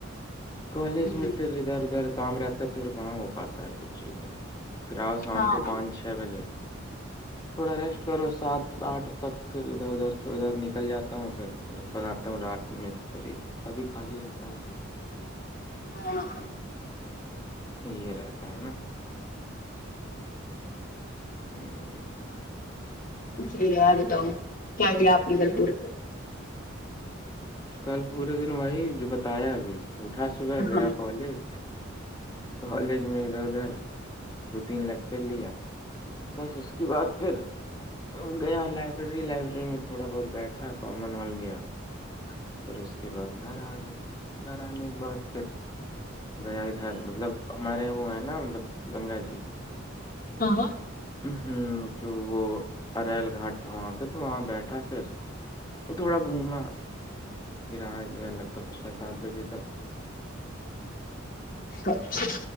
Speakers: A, on the left; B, on the left.
A: کالج
B: ہے
A: میں
B: ہ
A: پھر ادھر ادھر کام رہتا ہے تو پھر کہاں ہو پاتا ہے کچھ چیزیں پھر آؤ شام
B: ہاں
A: کو پانچ چھ بجے تھوڑا ریسٹ کرو سات آٹھ تک پھر ادھر ادھر ادھر نکل جاتا ہوں پھر لگ بگاتتا ہوں رات میں تو پھر تبھی خالی رہتا ہوں پھر
B: ہاں
A: یہ رہتا ہے نا ہوں
B: جی بتاؤ کیا کیا آپ کی لطیور
A: کل پورے دن وہی جو بتایا ابھی اٹھا صبح گیا
B: ہاں
A: کالج کالج میں ادھر ادھر دو تین لیکچر لیا بس اس کی بعد پھر گیا لائبریری لائبریری میں تھوڑا بہت بیٹھا کومن ہال گیا پھر اس کے بعد گھر آ گئے گھر آنے کے بعد پھر گیا ادھر مطلب ہمارے یہ وہ ہیں نا مطلب گنگا جی
B: ہاں
A: ہ تو وہ ایل گھاٹ تھا وہاں پہ تو وہاں بیٹھا پھر تھوڑا گھوما پھر آ گیا لگ بھگ چھ سات بجے تک
B: اچھا اچھا